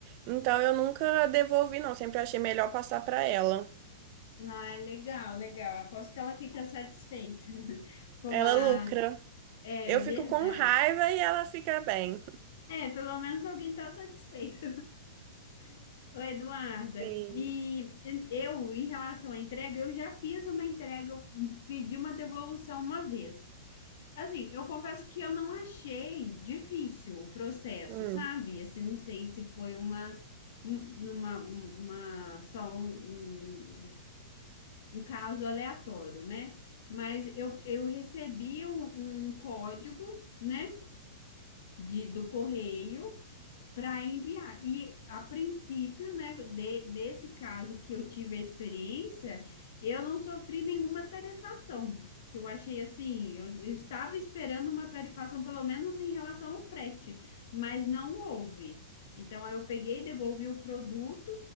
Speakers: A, on the right; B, on the left.
A: então eu nunca devolvi, não. Sempre achei melhor passar para ela.
B: Ai, legal, legal. Aposto que ela fica satisfeita <laughs> com
A: Ela
B: a.
A: lucra.
B: É
A: Eu
B: verdade.
A: fico com raiva e ela fica bem.
B: É, pelo menos alguém está satisfeito. <laughs> Ô, Eduarda,
A: Sim.
B: e eu, em relação à entrega, eu já fiz uma entrega, eu pedi uma devolução uma vez. Assim, eu confesso que eu não achei difícil o processo,
A: Hum,
B: sabe? Assim, não sei se foi uma, um- uma, uma só um, um, um caso aleatório, né? Mas eu, eu recebi um, um código, né, de, do correio para enviar. E a princípio, né, de- desse caso que eu tive a experiência, eu não sofri nenhuma tarifação. Que eu achei assim, eu, eu estava esperando uma tarifação, pelo menos em relação ao frete, mas não houve. Então, aí eu peguei, devolvi o produto